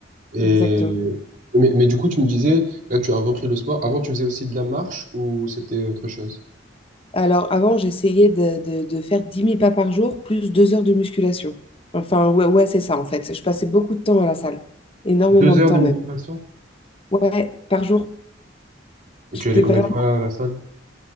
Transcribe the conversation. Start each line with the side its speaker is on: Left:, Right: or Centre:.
Right: Et
Left: exactement.
Right: mais, mais du coup, tu me disais, là, tu as repris le sport. Avant, tu faisais aussi de la marche ou c'était autre chose?
Left: Alors, avant, j'essayais de, de- de faire 10 000 pas par jour, plus 2 heures de musculation. Enfin, ouais, ouais, c'est ça, en fait. Je passais beaucoup de temps à la salle. Énormément
Right: Deux
Left: de
Right: heures
Left: temps,
Right: de musculation?
Left: même. Ouais, par jour.
Right: Et
Left: C'était
Right: tu allais combien
Left: vraiment...
Right: de fois à la salle?